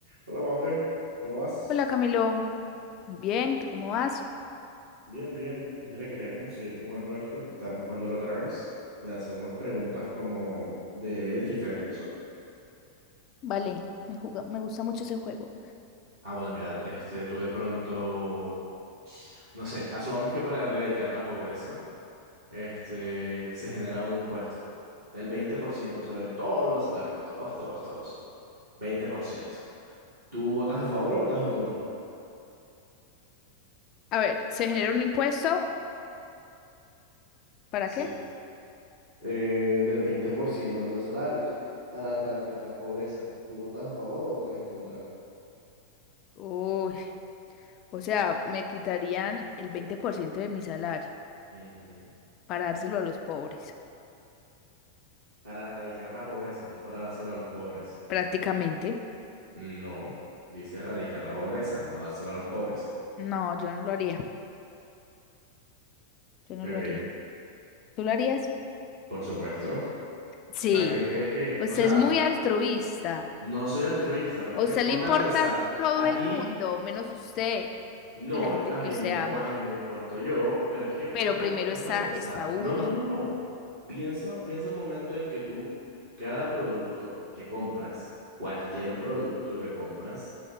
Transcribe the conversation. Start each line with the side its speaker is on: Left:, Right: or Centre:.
Right: Hola, Mafe, ¿cómo vas?
Left: Hola Camilo, muy bien, ¿tú cómo vas?
Right: Bien, bien. Mira, quería como seguir jugando esto que estábamos jugando la otra vez, de hacer unas preguntas como de ética y eso.
Left: Vale, me juga- me gusta mucho ese juego.
Right: Ah, bueno, mira, este, tú de pronto, no sé, asumamos que para erradicar la pobreza, este, se genera un impuesto del 20% sobre todos los salarios, todos, todos, todos, 20%. ¿Tú votas a favor o votas en contra?
Left: A ver, ¿se genera un impuesto? ¿Para
Right: Sí.
Left: qué?
Right: Eh, del 20% en los salarios para erradicar la pobreza. ¿Tú votas a favor o votas en contra?
Left: Uy, o sea, me quitarían el 20% de mi salario
Right: Ujú.
Left: para dárselo a los pobres,
Right: Para erradicar la pobreza, no para dárselo a los pobres.
Left: prácticamente.
Right: No, dice erradicar la pobreza, no dárselo a los pobres.
Left: No, yo no lo haría, yo no
Right: Ok,
Left: lo haría. ¿Tú lo harías?
Right: por supuesto.
Left: Sí,
Right: ¿A qué cree que?
Left: usted
Right: O sea,
Left: es muy altruista.
Right: no soy altruista, pero
Left: A
Right: es
Left: usted
Right: que ponte
Left: le importa
Right: a pensar,
Left: todo
Right: a
Left: el
Right: ti
Left: mundo, menos usted
Right: no,
Left: y la gente
Right: a
Left: que
Right: mí
Left: usted
Right: me impo-
Left: ama.
Right: a mí me importo yo, pero es que ponte
Left: Pero primero
Right: a, ponte
Left: está,
Right: a pensar,
Left: está uno.
Right: no, no, no, no. Piensa, piensa un momento en que tú, cada producto que compras, cualquier producto que compras,